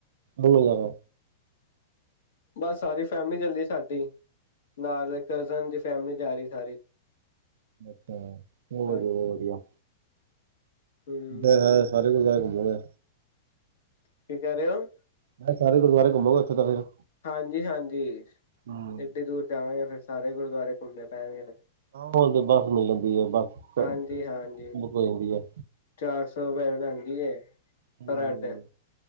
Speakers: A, on the right; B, on the left.
A: <inaudible> ਜਾਣਾ।
B: ਬਸ ਸਾਰੀ ਫੈਮਿਲੀ ਚੱਲੀ ਸਾਡੀ, ਨਾਲ਼ ਕਜ਼ਨ ਦੀ ਫੈਮਿਲੀ ਜਾ ਰਹੀ ਸਾਰੀ।
A: ਅੱਛਾ, ਬਹੁਤ
B: ਹਾਂਜੀ
A: ਵਧੀਆ ਬਹੁਤ ਵਧੀਆ।
B: ਹਮ
A: ਫੇਰ ਸਾਰੇ ਗੁਰਦੁਆਰੇ ਘੁੰਮੋਗੇ?
B: ਕੀ ਕਹਿ ਰਹੇ ਓ?
A: ਮੈਂ ਕਹਾ ਸਾਰੇ ਗੁਰਦਆਰੇ ਘੁੰਮੋਗਾ ਉੱਥੇ ਤਾਂ ਫਿਰ?
B: ਹਾਂਜੀ ਹਾਂਜੀ,
A: ਹਮ
B: ਏਡੀ ਦੂਰ ਜਾਵਾਂਗੇ, ਫਿਰ ਸਾਰੇ ਗੁਰਦੁਆਰੇ ਘੁੰਮਣੇ ਪੈਣਗੇ ਫੇਰ।
A: ਆਹੋ ਹੁਣ ਤੇ ਬੱਸ ਮਿਲ ਜਾਂਦੀ ਐ, ਬੱਸ ਬੁੱਕ
B: ਹਾਂਜੀ ਹਾਂਜੀ
A: ਹੋ ਜਾਂਦੀ ਐ।
B: ਚਾਰ ਸੌ ਰੁਪਏ ਲੈਂਦੀ ਏ
A: ਹਮ
B: ਪਰਾਂਠੇ।